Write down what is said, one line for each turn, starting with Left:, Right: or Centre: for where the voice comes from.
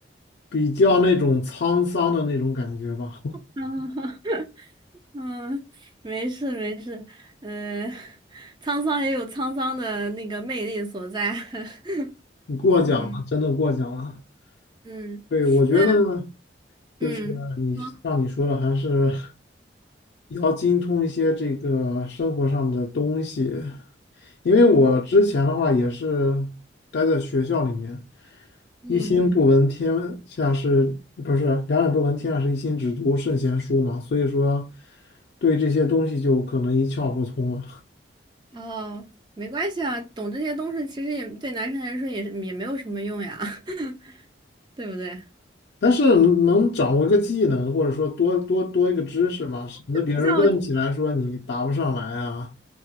Left: 比较那种沧桑的那种感觉吧。<laughs>
Right: <laughs> 嗯，没事没事，呃，沧桑也有沧桑的那个魅力所在，<laughs>
Left: 你过奖了，
Right: 嗯
Left: 真的过奖了。
Right: 嗯，
Left: 对，我觉得
Right: 那
Left: 就是
Right: 嗯，说
Left: 像你说的，还是要精通一些这个生活上的东西。因为我之前的话也是
Right: 嗯
Left: 待在学校里面，
Right: 嗯，
Left: 一心不闻天下事，不是两眼不闻天下事，一心只读圣贤书嘛，所以说对这些东西就可能一窍不通了。
Right: 哦，没关系啊，懂这些东西其实也对男生来说也是也没有什么用呀，<laughs> 对不对？
Left: 但是能能掌握一个技能，或者说多多多一个知识嘛，省得别人问起来说你答不上来啊。
Right: 像